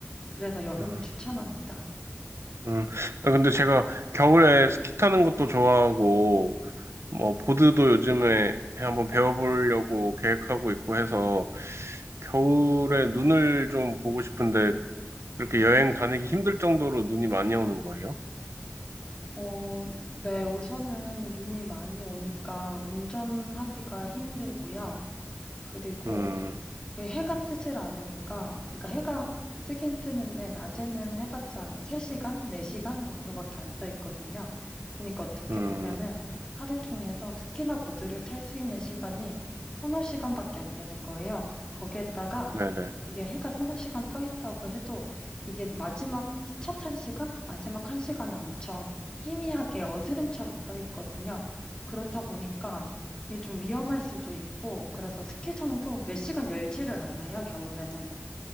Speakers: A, on the left (about 20°); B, on the right (about 70°).
A: 그래서 여름을
B: 음,
A: 추천합니다.
B: 음. 아, 근데 제가 겨울에 스키 타는 것도 좋아하고, 뭐, 보드도 요즘에 한번 배워보려고 계획하고 있고 해서, 겨울에 눈을 좀 보고 싶은데, 이렇게 여행 다니기 힘들 정도로 눈이 많이 오는 거예요?
A: 어, 네, 우선은 눈이 많이 오니까 운전하기가 힘들고요. 그리고
B: 음,
A: 왜 해가 뜨질 않으니까, 그러니까 해가 뜨긴 뜨는데, 낮에는 해봤자 한 3시간, 4시간 정도밖에 안 떠 있거든요. 그러니까 어떻게
B: 음,
A: 보면은 하루 중에서 스키나 보드를 탈 수 있는 시간이 서너 시간밖에 안 되는 거예요. 거기에다가
B: 네네.
A: 이게 해가 서너 시간 떠 있다고 해도 이게 마지막 첫 한 시간? 마지막 한 시간은 엄청 희미하게 어스름처럼 떠 있거든요. 그렇다 보니까 이게 좀 위험할 수도 있고 그래서 스키장도 몇 시간 열지를 않아요, 겨울에는.